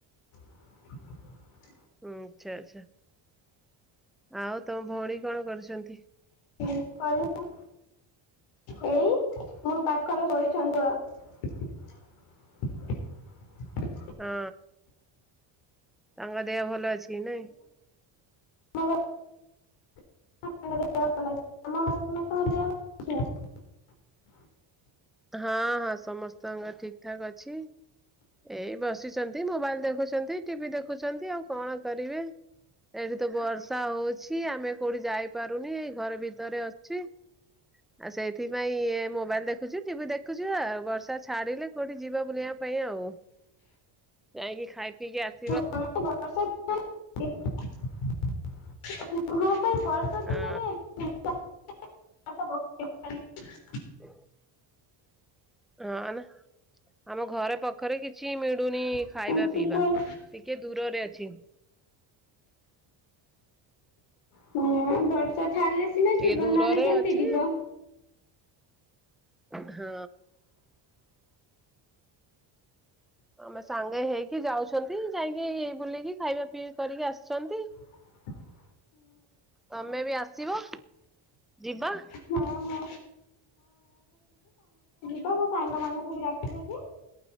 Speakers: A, on the left (about 80°); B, in the centre.
A: <inaudible>
B: ହଁ ଆଛା ଆଚ୍ଛା ଆଉ ତମ ଭଉଣୀ କଣ କରୁଛନ୍ତି?
A: ମୁଁ କଲୁ ଏଇ ମୁଁ ପାଖର କରିଛନ୍ତ୍। <inaudible>
B: ହଁ ତାଙ୍କ ଦେହ ଭଲ ଅଛିକି ନାଇଁ?
A: ମୋ <unintelligible>
B: ହଁ ହଁ ସମସ୍ତଙ୍କର ଠିକ ଠାକ୍ ଅଛି। ଏଇ ବସିଛନ୍ତି ମୋବାଇଲ ଦେଖୁଛନ୍ତି ଟିଭି ଦେଖୁଛନ୍ତି ଆଉ କଣ କରିବେ। ଏଠି ତ ବର୍ଷା ହଉଛି ଆମେ କୋଉଠି ଯାଇପାରୁନି। ଘର ଭିତରେ ଅଛି ଆଉ ସେଥିପାଇ ଇ ମୋବାଇଲ ଦେଖ ଦେଖୁଛୁ ଟିଭି ଦେଖୁଛୁ ଆଉ ବର୍ଷା ଛାଡିଲେ କୋଉଠି ଯିବା ବୁଲିବା ପାଇଁ ଆଉ। ଯାଇକି ଖାଇ ପିଇକି ଆସ
A: ବର୍ଷ <unintelligible> ହ। ବର୍ଷ
B: ହଁ
A: ଦିନରେ <unintelligible>
B: ହ ହଁ ନା ଆମ ଘରେ ପାଖରେ କିଛି ମିଳୁ ଲୁଣି ଖାଇବା
A: ପକେଇଲାଣି।
B: ପିଇବା ଟିକେ ଦୂରରେ ଅଛି।
A: ହୁଁ ବର୍ଷା ଛାଡ଼ିଲେ ସିନା
B: ଟିକେ
A: ଯିବ
B: ଦୂରରେ
A: ନହେଲେ କେମିତି
B: ଅଛି
A: ଯିବ।
B: ହଁ। ଆମେ ସାଙ୍ଗେ ହେଇକି ଯାଉଛନ୍ତି ଯାଇକି ବୁଲିକି ଖାଇବା ପିଇ କରିକି ଆସିଛନ୍ତି।
A: <inaudible>
B: ତମେ ବି ଆସିବ ଯିବା।
A: ହଁ ମୁଁ ଯିବ ମୁଁ ସାଙ୍ଗମାନାନଙ୍କୁ ବି ଡାକିଦେବି।